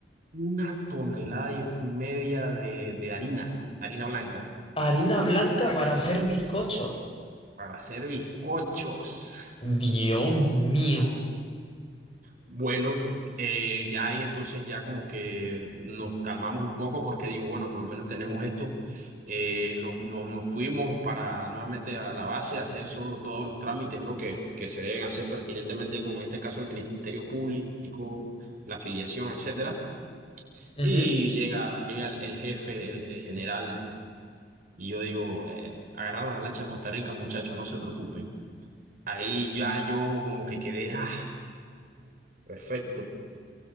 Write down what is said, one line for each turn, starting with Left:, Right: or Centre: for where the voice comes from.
Right: Una tonelada y media de, de harina, harina blanca.
Left: Harina blanca para hacer bizcochos.
Right: Para hacer bizcochos.
Left: Dios mío.
Right: Bueno, eh, ya ahí entonces ya como que nos calmamos un poco porque digo, bueno, por lo menos tenemos esto. Eh, nos, nos- nos fuimos para nuevamente a la base a hacer solo todos los trámites, ¿no? que, que se deben hacer pertinentemente con en este caso el Ministerio Público, la afiliación, etcétera.
Left: Ujú.
Right: Y llega, llega el, el jefe, el, el general, y yo digo, eh, agarraron la lancha a Costa Rica, muchachos, no se preocupen. Ahí ya yo como que quedé, ah. Perfecto.